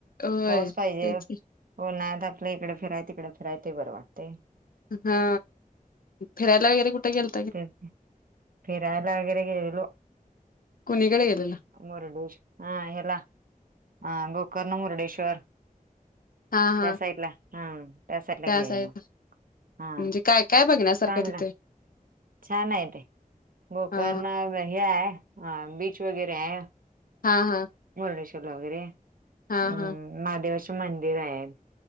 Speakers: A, on the left; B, on the right.
A: होय
B: पाऊस पाहिजे.
A: तेच
B: हो
A: की.
B: ना आ तर आपल्या इकडे फिरायं तिकडे फिरायच बरं वाटतेय.
A: हा फिरायला वगैरे कुठे गेल.
B: ते फर आहे लागर गलो.
A: कुणीकडे गेलेला
B: मुरडेश् हह हेला ह गोकर्ण मुरडेश्वर.
A: हा हा
B: त्या साईड ला. हां त्यासाठीला
A: त्याच
B: घे
A: आहेत
B: आलो हां
A: म्हणजे काय काय बघण्यासारखं
B: चांगलं.
A: तिथे
B: छान आहे ते गोकर्ण
A: हा
B: हे आहे बीच वगैरे आहे.
A: हा हा.
B: वरडेश्ववरला वगैरे.
A: हा
B: अम
A: हा.
B: महादेवाचे मंदिर आहे.